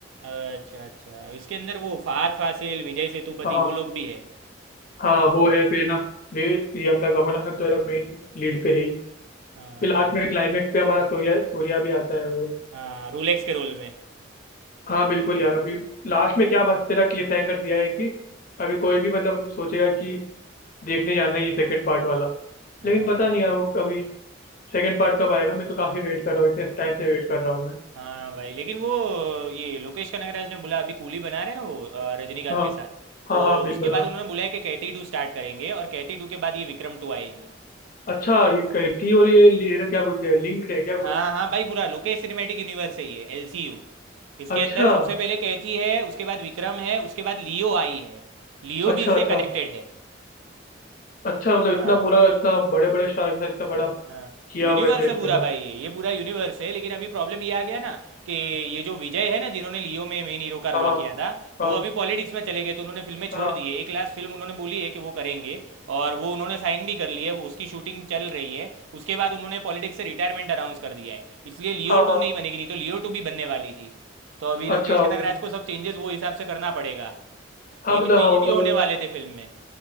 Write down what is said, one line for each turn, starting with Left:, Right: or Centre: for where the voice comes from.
Right: अच्छा अच्छा इसके अंदर वो फहाद फासिल विजय सेतुपति
Left: हाँ हाँ
Right: वो लोग भी है
Left: हाँ, वो है फिर ना वे- ये अपना कमल हसन तो मेन लीड पे है ही
Right: हाँ
Left: फिर लास्ट
Right: बाद
Left: में
Right: में
Left: क्लाइमेक्स पे हमारा सूर्या सूर्या भी आता है वो
Right: हाँ रोलेक्स के रोल में
Left: हाँ बिल्कुल यार अभी लास्ट में क्या मस्त तेरा क्लिफ हैंगर दिया है कि अभी कोई भी मतलब सोचेगा कि देखने जाना है ये सेकंड पार्ट वाला
Right: हाँ
Left: लेकिन पता नहीं यार वो अभी सेकंड पार्ट कब आएगा मैं तो काफी वेट कर रहा हूँ इतने टाइम से वेट कर रहा हूँ मैं
Right: हाँ भाई लेकिन वो ये लोकेश कनगराज ने बोला अभी कूली बना रहे हैं ना वो अ, रजनीकांत
Left: हाँ
Right: के साथ
Left: हाँ
Right: तो
Left: हाँ बिल्कुल
Right: उसके
Left: हाँ
Right: बाद उन्होंने बोला है कि कैथी टू स्टार्ट करेंगे और कैथी टू के बाद ये विक्रम टू आएगी
Left: अच्छा ये कैटी और ये लेना क्या बोलते हैं लिंक्ड है क्या
Right: हाँ
Left: कुछ
Right: हाँ भाई पूरा लोकेश सिनेमैटिक यूनिवर्स है ये एलसीयू इसके
Left: अच्छा
Right: अंदर सबसे पहले कैथी है उसके बाद विक्रम है उसके बाद लियो आई है लियो
Left: अच्छा
Right: भी इससे
Left: अच्छा
Right: कनेक्टेड है
Left: अच्छा मतलब
Right: हाँ
Left: इतना पूरा इतना बड़े बड़े स्टार के साथ इतना बड़ा
Right: हाँ
Left: किया
Right: यूनिवर्स
Left: हुआ है इसे
Right: है पूरा
Left: मतलब
Right: भाई ये ये पूरा यूनिवर्स है लेकिन अभी प्रॉब्लम ये आ गया ना कि ये जो विजय है ना जिन्होंने लियो में मेन हीरो का
Left: हाँ
Right: रोल
Left: हाँ
Right: किया था
Left: हाँ
Right: वो अभी पॉलिटिक्स में चले गए तो उन्होंने फिल्में छोड़
Left: हाँ
Right: दी है एक लास्ट फिल्म उन्होंने बोली है कि वो करेंगे और वो उन्होंने साइन भी कर ली है वो उसकी शूटिंग चल रही है उसके बाद उन्होंने पॉलिटिक्स से रिटायरमेंट अनाउंस कर दिया है इसलिए लियो
Left: हाँ
Right: टू
Left: हाँ
Right: नहीं बनेगी नहीं तो लियो टू भी बनने वाली थी तो अभी लोकेश
Left: अच्छा
Right: कनगराज
Left: वही
Right: को सब चेंजेस वो हिसाब से करना पड़ेगा
Left: हाँ
Right: नहीं
Left: मतलब
Right: तो ये
Left: हाँ वो
Right: भी
Left: तो
Right: होने वाले थे फिल्म में